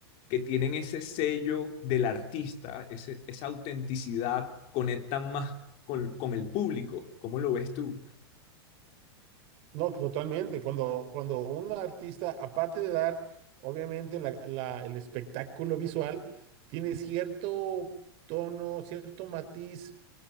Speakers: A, on the left; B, on the right.
A: que tienen ese sello del artista, ese, esa autenticidad, conectan más con, con el público. ¿Cómo lo ves tú?
B: No, totalmente. Cuando, cuando un artista, aparte de dar, obviamente, la- la- el espectáculo visual, tiene cierto tono, cierto matiz,